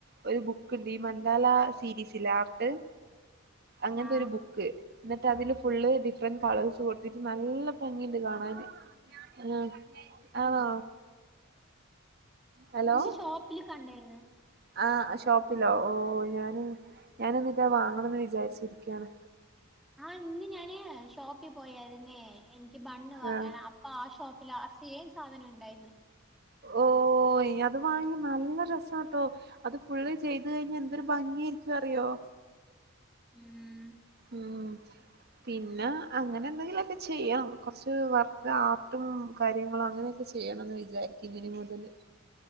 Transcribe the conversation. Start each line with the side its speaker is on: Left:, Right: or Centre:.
Right: ഒരു ബുക്ക്ണ്ട് ഈമന്ദാല സീരീസില്ലെ ആർട്ട് അങ്ങൻത്തൊരു
Centre: ആഹ്
Right: ബുക്ക്. ന്നട്ടതില് ഫുള്ള് ഡിഫ്റന്റ് കളേഴ്സ് കൊട്ത്തി നല്ല ഭംഗിയുണ്ട് കാണാന് ആഹ് ആണോ ഹലോ
Centre: ഇന്ന് ഷോപ്പില് കണ്ടായിരുന്നു
Right: ആഹ് അ ഷോപ്പിലോ. ഓ ഞാനും ഞാനിന്നിറ്റാ വാങ്ങണംന്ന് വിചാരിച്ചിരിക്യാണ്
Centre: ആഹ് ഇന്ന് ഞാന് ഷോപ്പി പോയായിര്ന്നേ, എനിക്ക് ബണ്ണ് വാങ്ങാന്
Right: ആഹ്
Centre: അപ് ആഹ് ആ ഷോപ്പിലാ ആ സെയിം സാധനം ഉണ്ടായിന്ന്
Right: ഓയ് അത് വാങ്ങി നല്ല രസാട്ടോ അത് ഫുള്ള് ചെയ്ത് കഴിഞ്ഞ എന്തൊരു ഭംഗിയായിരിക്കും അറിയോ
Centre: ഉം
Right: ഉം പിന്നെ, അങ്ങനെന്തെങ്കിലൊക്കെ ചെയ്യാം. കൊർച്ച് വർക്ക് ആ ട്ടും കാര്യങ്ങളും അങ്ങനെയൊക്കെ ചെയ്യണംന്ന് വിചാരിക്കും ഇനി മുതല്